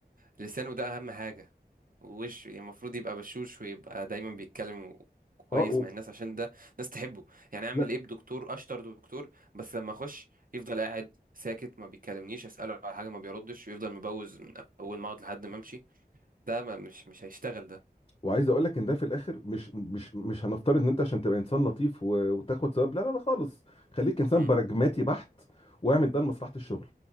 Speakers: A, on the right (about 55°); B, on the left (about 30°).
A: لسانه ده اهم حاجه ووشه يعني المفروض يبقى بشوش ويبقى دايما بيتكلم كويس
B: اه و...
A: مع الناس عشان ده ناس تحبه يعني اعمل
B: لا
A: ايه بدكتور اشطر دكتور بس لما اخش يفضل قاعد ساكت ما بيكلمنيش اساله على حاجه ما بيردش ويفضل مبوز من اول ما اقعد لحد ما امشي ده ما مش مش هيشتغل ده
B: وعايز اقول لك ان ده في الاخر مش مش مش هنفترض ان انت عشان تبقى انسان لطيف و- وتاخد ثواب لا لا لا خالص خليك انسان
A: م-
B: براجماتي بحت واعمل ده لمصلحه الشغل